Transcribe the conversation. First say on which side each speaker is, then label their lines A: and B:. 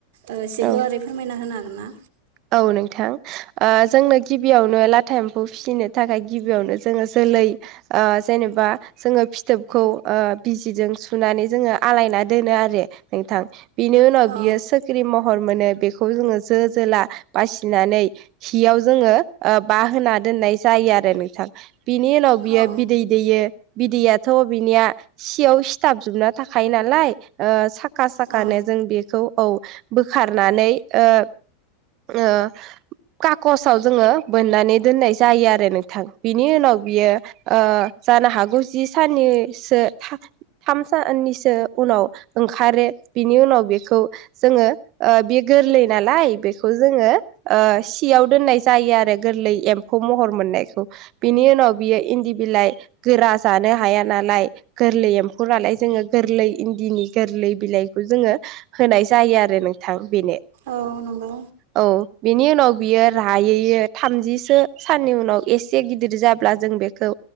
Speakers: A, on the right; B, on the right.
A: ओ एसे गुवारै
B: औ
A: फोरमायना होनो हागोन ना
B: औ नोंथां ओ जोंनो गिबियावनो लाथा एम्फौ फिसिनो थाखाय गिबियावनो जोङो <unintelligible> गोरलै ओ जेनेबा जोङो फिथोबखौ ओ बिजिजों सुनानै जोङो आलायना दोनो आरो नोंथां बिनि उनाव
A: औ
B: बियो सोख्रि महर मोनो बेखौ जोङो जो जोला बासिनानै हियाव जोङो ओ बाहा दोननाय जायो आरो नोंथां। बिनि उनाव बियो
A: औ
B: बिदै दैयो बिदैयाथ' बिनिया सियाव सिथाबजोबना थाखायो नालाय ओ साख साखा साखानो
A: औ
B: जों बेखौ औ बोखारनानै ओ ओ काकसाव
A: कागसाव बोननानै दोननाय जायो आरो नोंथां। औ गोरा जानो हाया नालाय औ नंगौ औ नंगौ औ नंगौ औ
B: जोङो बोननानै दोननाय जायो आरो नोंथां बिनि उनाव बियो ओ जानो हागौ जि साननिसो था‌ थाम साननिसो उनाव ओंखारो बिनि उनाव बेखौ जोङो ओ बे गोरलै नालाय बे खौ जोङो ओ सियाव दोननाय जायो आरो गोरलै एम्फौ महर मोननायखौ बिनि उनाव बियो इन्दि बिलाइ गोरा जानो हाया नालाय गोरलै एम्फौ नालाय जोङो गोरलै इन्दिनि गोरलै बिलाइ जोङो होनाय जायो आरो नोंथां बेनो
A: औ नंगौ
B: औ बिनि उनाव बियो रायैयो थामजिसो साननि उनाव एसे गिदिर जाब्ला जों बेखौ